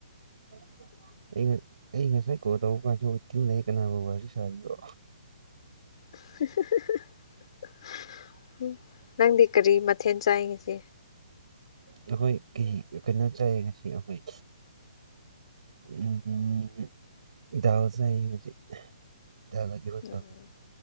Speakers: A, on the right; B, on the left.
A: <unintelligible> ꯑꯩ ꯑꯩ ꯉꯁꯥꯏ ꯀꯣꯜ ꯇꯧꯕ ꯀꯥꯟꯁꯨ ꯋꯦꯊꯇꯤꯡ ꯂꯩꯌꯦ ꯀꯅꯥꯕꯨ ꯋꯥꯔꯤ ꯁꯥꯔꯤꯕꯣ
B: <unintelligible> ꯅꯪꯗꯤ ꯀꯔꯤ ꯃꯊꯦꯟ ꯆꯥꯏ ꯉꯁꯤ
A: ꯑꯩꯈꯣꯏ ꯀꯩ ꯀꯩꯅꯣ ꯆꯥꯏ ꯉꯁꯤ ꯑꯈꯣꯏ ꯎꯝ ꯗꯥꯜ ꯆꯥꯏ ꯉꯥꯁꯤ <unintelligible>
B: ꯎꯝ